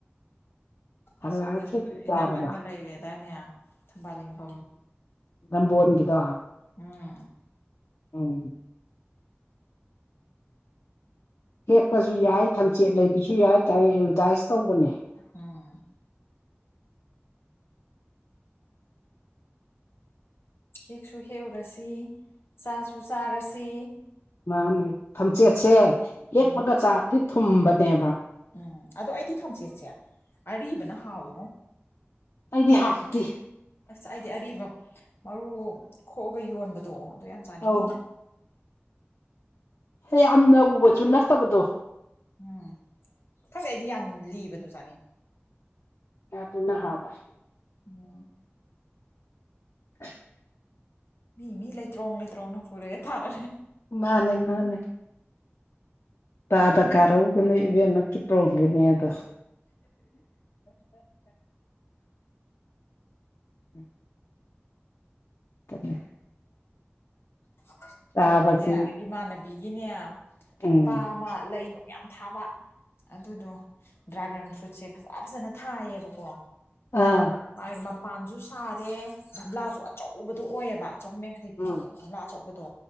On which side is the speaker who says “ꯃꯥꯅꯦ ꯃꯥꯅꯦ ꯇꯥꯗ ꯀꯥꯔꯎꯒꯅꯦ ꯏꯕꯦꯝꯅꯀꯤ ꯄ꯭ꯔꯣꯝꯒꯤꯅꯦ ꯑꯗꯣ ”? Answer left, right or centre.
Left